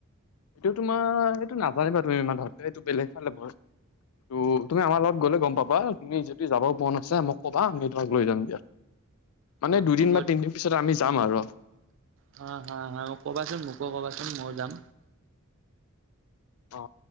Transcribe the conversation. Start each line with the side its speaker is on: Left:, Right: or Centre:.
Left: এইটো তোমাৰ এইটো নাজানিবা তুমি ইানৰ এইটো বেলেগ ফালে ব ত তুমি আমাৰ লগত গ'লে গম পাবা তুমি যিহু যাব মন আছে মোক কবা আমি তোমাক লৈ যাম দিয়া মানে
Right: অ হ'ব
Left: দুদিন
Right: মই
Left: বা তিনদিন পিছত আমি যাম আৰু
Right: হা হা হা মোক কবাচোন মোকো কবাচোন মই যাম
Left: অ